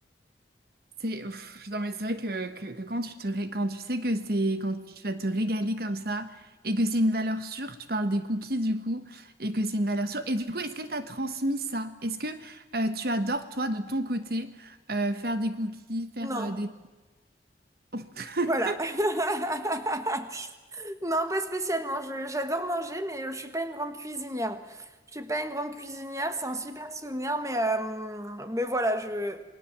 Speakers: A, on the right; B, on the right.
A: C'est ouf. Non, mais c'est vrai que, que, que quand tu te ré- quand tu sais que c'est quand tu vas te régaler comme ça et que c'est une valeur sûre, tu parles des cookies du coup et que c'est une valeur sûre. Et du coup, est-ce qu'elle t'a transmis ça? Est-ce que euh, tu adores toi de ton côté euh, faire des cookies, faire
B: Non,
A: euh, des <laughs>
B: voilà. <laughs> Non, pas spécialement. Je- j'adore manger, mais je suis pas une grande cuisinière. Je suis pas une grande cuisinière, c'est un super souvenir, mais, euh, mais voilà, je,